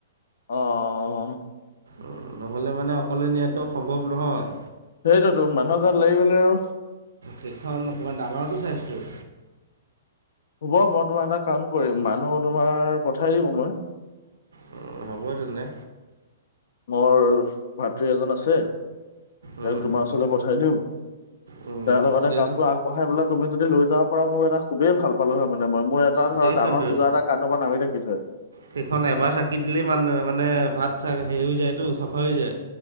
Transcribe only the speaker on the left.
অ অ
সেইটোতো মানুহৰ ঘৰত লাগি গলে আৰু
হব মই তোমাৰ এটা কাম কৰিম মানুহ তোমাৰ পঠাই দিব মই।
মোৰ ভাতৃ এজন আছে তাক
তোমাৰ ওচৰলৈ পঠাই দিওঁ।
তেওৰ লগতে
কামটো আগ পঢাই বোলে তুমি যদি লৈ যাব পৰা মোৰ এটা খুবেই ভাল পালোে মানে মই মোৰ এটা ধৰা
ডাঙৰ পূজা এটা, কান পা নামি থাকিল হয়।